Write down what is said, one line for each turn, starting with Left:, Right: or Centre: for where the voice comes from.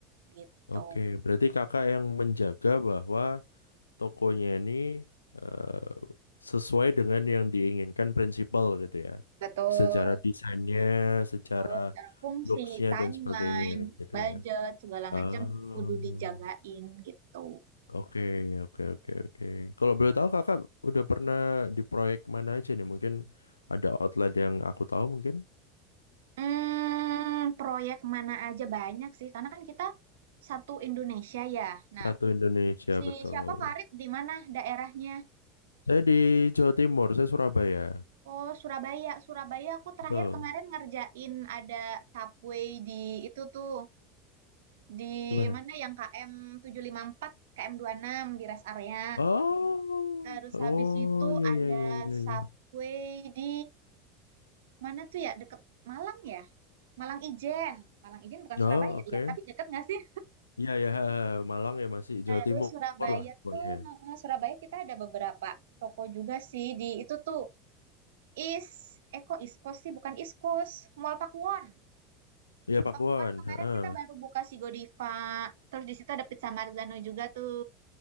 Right: gitu.
Left: Oke, berarti kakak yang menjaga bahwa tokonya ini eh, sesuai dengan yang diinginkan prinsipal gitu ya.
Right: Betul.
Left: Secara desainnya, secara
Right: Terus secara fungsi,
Left: looks-nya
Right: timeline,
Left: dan sebagainya gitu
Right: budget,
Left: ya.
Right: segala
Left: Oh.
Right: macam kudu dijagain gitu.
Left: Oke, oke, oke, oke. Kalau boleh tahu kakak udah pernah di proyek mana aja nih? Mungkin ada outlet yang aku tahu mungkin.
Right: Hmm, proyek mana aja banyak sih, karena kan kita satu Indonesia ya. Nah,
Left: Satu Indonesia,
Right: si
Left: betul.
Right: siapa Farid di mana daerahnya?
Left: Saya di Jawa Timur, saya Surabaya.
Right: Oh, Surabaya. Surabaya aku terakhir
Left: Betul.
Right: kemarin ngerjain ada subway di itu tuh. Di
Left: Gimana?
Right: mana yang KM 754, KM enam di rest area.
Left: Oh,
Right: Terus habis
Left: oh,
Right: itu
Left: iya,
Right: ada
Left: iya, iya, iya.
Right: subway
Left: iya.
Right: di mana tuh ya? Deket Malang ya? Malang Ijen. Malang Ijen bukan
Left: Oh,
Right: Surabaya
Left: oke.
Right: ya, tapi deket nggak sih?
Left: Iya, iya, ha, ha. Malang ya masih
Right: Terus
Left: Jawa Timur
Right: Surabaya
Left: lah pokoknya.
Right: tuh, eh, Surabaya kita ada beberapa toko juga sih di itu tuh Is, Eko Iskos sih bukan Iskos, Mall Pakuwon.
Left: Iya, Pakuan.
Right: Aku kan kemarin
Left: ha, ha.
Right: kita baru buka si Godiva. Terus di situ ada Pizza Marzano juga tuh.